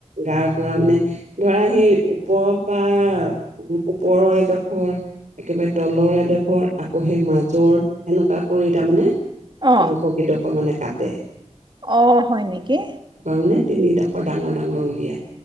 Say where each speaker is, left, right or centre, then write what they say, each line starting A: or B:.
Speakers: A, on the right; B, on the right.
A: গাৰ পৰা মানে ধৰা সেই ওপৰৰ পৰা, ওপৰৰ এডোখৰ, একেবাৰে তলৰ এডোখৰ আকৌ সেই মাজৰ সেনেকুৱা কৰি তাৰমানে
B: অ অ
A: মাংস কিডোখৰ মানে তাতে
B: অ', হয় নেকি?
A: মানে তিনিডোখৰ ডাঙৰ ডাঙৰ উলিয়াই।